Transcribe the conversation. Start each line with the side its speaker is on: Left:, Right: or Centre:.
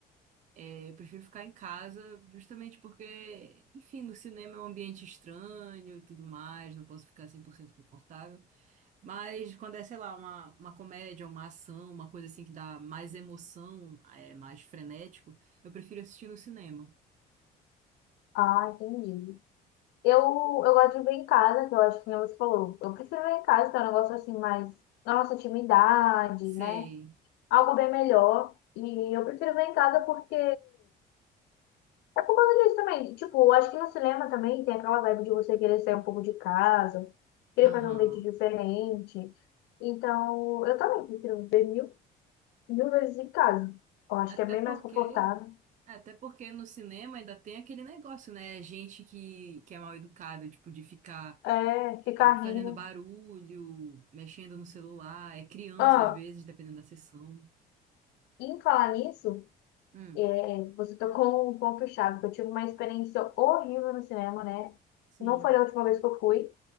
Right: É, eu prefiro ficar em casa, justamente porque, enfim, no cinema é um ambiente estranho e tudo mais, não posso ficar 100% confortável. Mas quando é, sei lá, uma, uma comédia, uma ação, uma coisa assim que dá mais emoção, é mais frenético, eu prefiro assistir no cinema.
Left: Ah, entendi. Eu, eu gosto de ver em casa, que eu acho que nem você falou. Eu prefiro ver em casa, que é um negócio assim mais na nossa intimidade,
Right: Sei.
Left: né? Algo bem melhor. E eu prefiro ver em casa porque Mas isso também, tipo, eu acho que no cinema também tem aquela vibe de você querer sair um pouco de casa, querer
Right: Aham.
Left: fazer um date diferente. Então, eu também prefiro ver mil, mil vezes em casa. Eu acho
Right: Até
Left: que é bem
Right: porque.
Left: mais confortável.
Right: Até porque no cinema ainda tem aquele negócio, né? É Gente que, que é mal educada, tipo, de ficar
Left: É, ficar
Right: fazendo
Left: rindo.
Right: barulho, mexendo no celular, é criança
Left: Ah,
Right: às vezes, dependendo da sessão.
Left: em falar nisso,
Right: Hum,
Left: é, você tocou um ponto-chave, que eu tive uma experiência horrível no cinema, né?
Right: Sim.
Left: Não foi a última vez que eu fui,